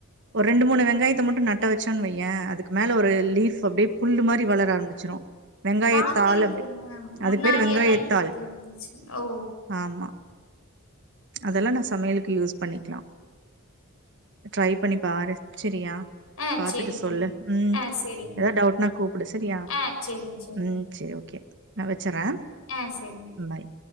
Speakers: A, on the right; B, on the left.
A: ஒரு ரெண்டு மூணு வெங்காயத் மட்டு நட்ட வச்சன்னு வையே அதுக்கு மேல ஒரு லீஃப் அப்டியே புல்லு மாரி வளர ஆரம்பிச்சுரு வெங்காயத்தாள்
B: பாத்துருக்கேங்க.
A: அப்டி
B: முன்னாடி
A: அது பேரு வெங்காயத்தாள்
B: எல்லாம் எங்க வீட்ல இருந்துச்சு. ஓ!
A: ஆமா அதெல்லா நா சமையலுக்கு யூஸ் பண்ணிக்லா ட்ரை பண்ணிப்பாரு செரியா
B: ஆ
A: பாத்துட்டு
B: சரிங்க.
A: சொல்லு ம்
B: ஆ சரிங்க.
A: ஏதாது டவுட்னா கூப்புடு செரியா
B: ஆ சரிங்க, சரிங்க.
A: ம் செரி ஓகே நா வச்சறே
B: ஆ செரிங்
A: பாய்